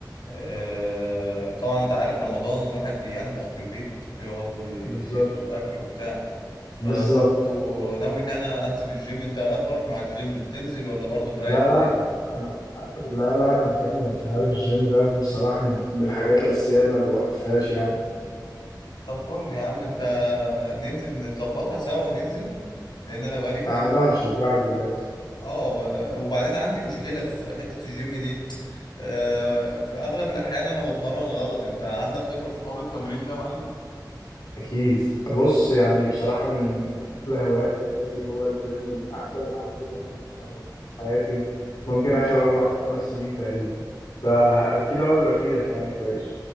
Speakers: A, on the left; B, on the left.
A: آه، طبعا انت عارف رمضان الواحد بينتخ في البيت يقعد ي-
B: بالظبط
A: يضرب اكل وبتاع فبرضو
B: بالظبط
A: ناوي ان انا انزل الجيم انت ايه اخبارك مع الجيم بتنزل ولا برضو مريح
B: لا لا
A: بعدين
B: انا أنا- لا لا انا مكمل انت عارف الجيم ده بصراحه من من الحاجات الاساسيه اللي ما بوقفهاش يعني
A: طب فل يا عم انت ننزل نظبطها سوا وننزل لان انا بقالي كتير
B: تعالى
A: قوي
B: وهشجعك بجد
A: اه ب- وبعدين عندي مشكلة في حتة الجيم دي آه، في اغلب الاحيان انا بتمرن غلط انت عندك خبرة في حوار التمرين ده يا معلم
B: أكيد بص يعني بصراحة من أحلى هوايات حياتي هو الجيم ومن أحسن العادات اللي أنا ضفتها في حياتي ممكن آخر أربع أو خمس سنين تقريبا فأكيد هقدر أفيدك يعني كويس